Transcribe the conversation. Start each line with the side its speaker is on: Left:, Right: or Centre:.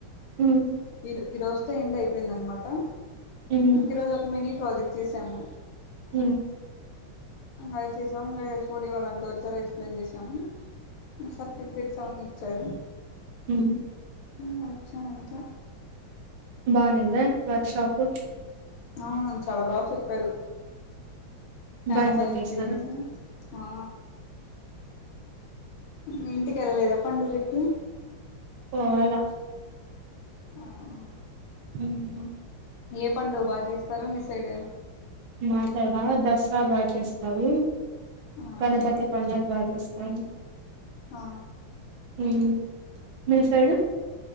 Right: మ్మ్
Left: ఈ ఈ రోజుతో ఎండ్ అయిపోయింది అనమాట
Right: మ్మ్
Left: ఇంక ఈరోజు ఒక మినీ ప్రాజెక్ట్ చేసాము
Right: మ్
Left: అది చేసాం ఇంగ ఫ్ఒడి వాల్లాంతా ఒచ్చారు ఎక్స్ప్లెయిన్ చేసాము సర్టిఫికేట్స్ అవన్నీ ఇచ్చారు
Right: మ్
Left: ఇంగోచ్చం అంతే
Right: బఉనిందా వర్క్ షాప్
Left: అ చాలా బాగా చెప్పారు కాన్సర్
Right: బాగా ఎంజాయ్
Left: ఎక్స్పీరియన్స్
Right: చేస్తారా
Left: ఆ మీ ఇంటికేళ్ళలేదా పండుగ కి
Right: పోవాల
Left: ఆ ఆ
Right: మ్ హ
Left: ఏ పండుగ బా చేస్తారు మీ సైడ్
Right: మా సైడా దసరా బాగా చేస్తారు
Left: అవునా
Right: గణపతి పండగ బ చేస్తారు
Left: ఆ
Right: మ్ మీ సైడు